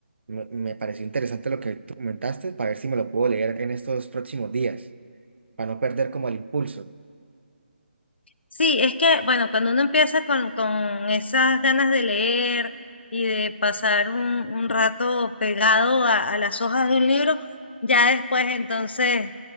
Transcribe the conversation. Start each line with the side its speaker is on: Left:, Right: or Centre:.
Right: me, me pareció interesante lo que tú comentaste, para ver si me lo puedo leer en estos próximos días, para no perder como el impulso.
Left: Sí, es que, bueno, cuando uno empieza con, con esas ganas de leer y de pasar un, un rato pegado a, a las hojas de un libro, ya después entonces